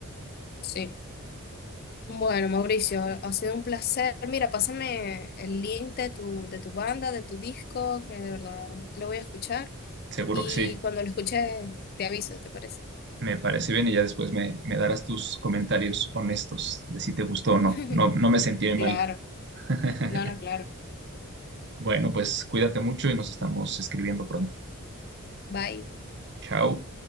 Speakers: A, on the left; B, on the right.
A: Sí. Bueno, Mauricio, ha sido un placer. Mira, pásame el link de tu, de tu banda, de tu disco, que de verdad lo voy a escuchar.
B: Seguro
A: Y
B: que sí.
A: cuando lo escuche, te aviso, ¿te parece?
B: Me parece bien y ya después me, me darás tus comentarios honestos de si te gustó o no.
A: <laughs>
B: No, no me sentiré mal.
A: Claro,
B: <laughs>
A: no, no, claro.
B: Bueno, pues cuídate mucho y nos estamos escribiendo pronto.
A: Bye.
B: Chao.